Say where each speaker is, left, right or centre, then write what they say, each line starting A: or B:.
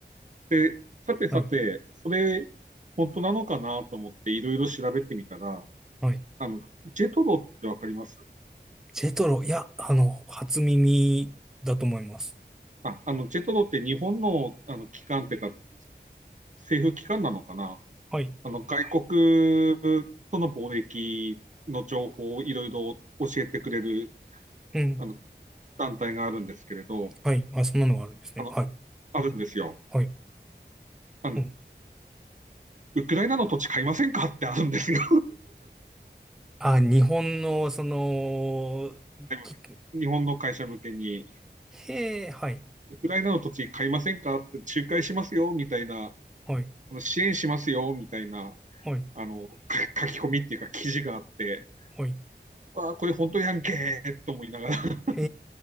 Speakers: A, on the right; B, in the centre.
A: で、さてさて、
B: はい。
A: それ、本当なのかなと思っていろいろ調べてみたら、
B: はい。
A: あの、ジェトロってわかります
B: ジェトロ、いや、あの、初耳だと思います。
A: あ、あの、ジェトロって日本の、あの、機関っていうか、政府機関なのかな
B: はい。
A: あの、外国との貿易の情報をいろいろ教えてくれる、
B: うん。
A: あの、団体があるんですけれど、
B: はい。あ、そんなのがあるんですね。
A: あの、
B: はい。
A: あるんですよ。
B: はい。
A: あの、
B: うん。
A: ウクライナの土地買いませんかってあるんですよ。
B: あ、日本の、その、き
A: <laughs> 日本の会社向けに。
B: へえ、はい。
A: ウクライナの土地買いませんかって仲介しますよ、みたいな、
B: はい。
A: 支援しますよ、みたいな、
B: はい。
A: あの、書き込みっていうか記事があって、
B: はい。
A: あこれ本当やんけーと思いながら、<laughs>
B: へ